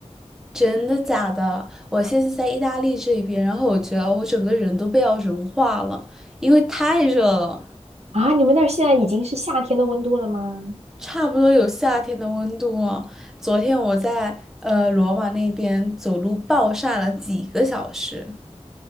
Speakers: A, in the centre; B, on the right.
A: 真的假的？我现在在意大利这边，然后我觉得我整个人都被要融化了，因为太热了，
B: 啊！你们那儿现在已经是夏天的温度了吗？
A: 差不多有夏天的温度了。昨天我在呃罗马那边走路暴晒了几个小时，